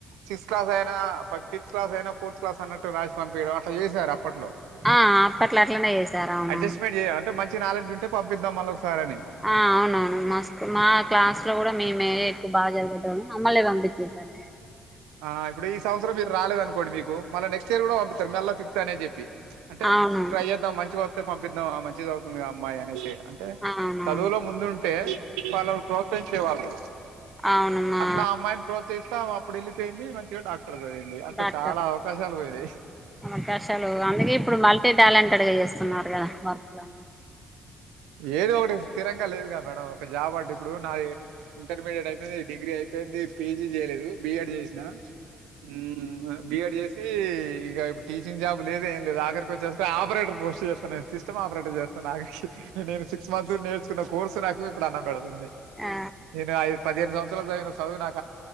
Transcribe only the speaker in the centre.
ఆ అప్పట్లా అట్లనే చేసారు అవునవును
ఆ అవునవును మా స్కూ మా క్లాస్ లో కూడా మేమే ఎక్కువ బాగా చదివేటోలం మమ్మల్నే పంపించి ఇ <inaudible>
అవును
అవునవును
అవును మా
డాక్టర్
అవకాశాలు అందుకే ఇప్పుడు మల్టీ టాలెంటెడ్గా చేస్తున్నారు కదా వర్క్లని
ఆ